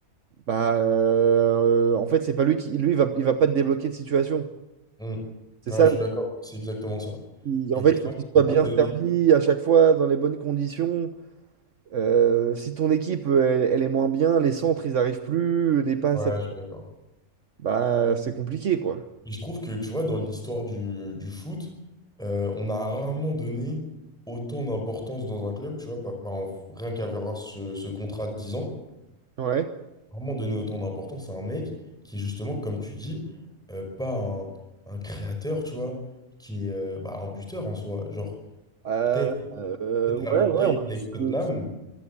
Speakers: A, on the right; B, in the centre.
A: Bah, euh, en fait, c'est pas lui qui. Lui, il va, il va pas te débloquer de situation.
B: Mm.
A: C'est
B: Non,
A: ça.
B: je suis
A: le-
B: d'accord, c'est exactement ça.
A: il-
B: Et
A: en fait,
B: tu
A: il faut
B: vois,
A: qu'il
B: tu peux
A: soit
B: pas
A: bien
B: te donner.
A: servi à chaque fois, dans les bonnes conditions. Euh, si ton équipe, euh, elle, elle est moins bien, les centres, ils arrivent plus, les passes,
B: Ouais,
A: elles-
B: je suis d'accord.
A: bah, c'est compliqué, quoi.
B: Et je trouve que, tu vois, dans l'histoire du, du foot, euh, on a rarement donné autant d'importance dans un club, tu vois, pas- bah, en- rien qu'à voir ce, ce contrat de 10 ans.
A: Ouais.
B: vraiment donner autant d'importance à un mec qui est justement, comme tu dis, euh, pas un, un créateur, tu vois, qui est euh, bah, un buteur en soi. Genre,
A: Euh,
B: peut-être
A: euh,
B: peut-être Harry
A: ouais, ouais.
B: Kane
A: en
B: avec
A: plus,
B: Tottenham.
A: euh,